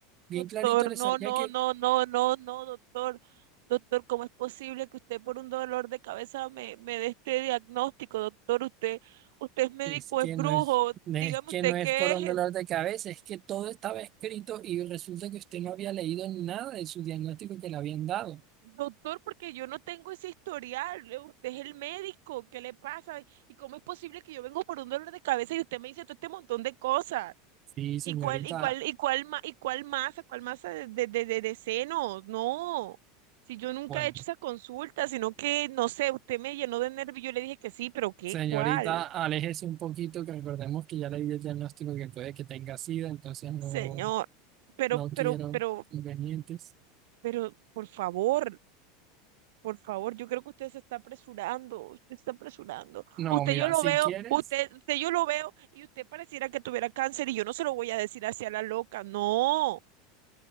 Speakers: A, on the right; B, on the right.
A: bien
B: Doctor,
A: clarito le
B: no,
A: salía
B: no,
A: que
B: no, no, no, no, doctor. Doctor, ¿cómo es posible que usted por un dolor de cabeza me, me dé este diagnóstico, doctor? Usted, usted es médico,
A: es que
B: es brujo.
A: no es, no
B: Dígame
A: es que
B: usted
A: no es
B: qué
A: por
B: es.
A: un dolor de cabeza, es que todo estaba escrito y resulta que usted no había leído nada de su diagnóstico que le habían dado.
B: Doctor, porque yo no tengo ese historial. eh, Usted es el médico. ¿Qué le pasa? ¿Y cómo es posible que yo vengo por un dolor de cabeza y usted me dice todo este montón de cosas?
A: Sí, señorita,
B: ¿Y cuál, y cuál, y cuál, ma- y cuál masa, cuál masa de, de, de, de- de senos? No, si yo nunca
A: bueno.
B: he hecho esa consulta, sino que, no sé, usted me llenó de nervio, yo le dije que sí, pero ¿qué?
A: Señorita,
B: ¿Cuál?
A: aléjese un poquito, que recordemos que ya le di el diagnóstico que puede que tenga SIDA, entonces no,
B: Señor, pero,
A: no quiero
B: pero, pero,
A: inconvenientes.
B: pero, por favor, por favor, yo creo que usted se está apresurando, usted se está apresurando.
A: No,
B: Usted
A: mira,
B: yo lo
A: si
B: veo,
A: quieres,
B: usted, usted yo lo veo, y usted pareciera que tuviera cáncer, y yo no se lo voy a decir hacia la loca, no,